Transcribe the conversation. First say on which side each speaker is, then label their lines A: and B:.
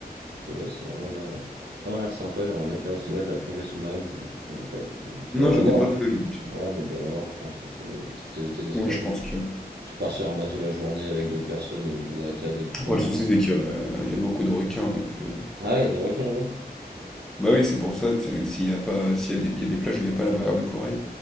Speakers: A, on the right; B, in the centre.
A: parce que, ouais, ça a vraiment l'air vraiment l'air sympa. J'aimerais bien faire aussi, ouais, de la plongée sous-marine, ça, du coup, tu m'avais pas tu dois
B: Non, j'en
A: avoir,
B: ai pas fait,
A: hein?
B: donc. euh,
A: Ouais, mais dois avoir, je pense, des trucs, des petites, heu, tu des excursions,
B: Oui, je pense
A: tu
B: que.
A: tu pars sur un bateau la journée avec d'autres personnes et vous arrêtez à des points
B: Après, le souci, c'est qu'il y a, euh, il y a beaucoup de requins, donc. euh,
A: ah, il y a des requins là-bas?
B: Bah oui, c'est pour ça, tu sais, s'il y a pas, s'il y a des, il y a des plages où il n'y a pas la barrière de corail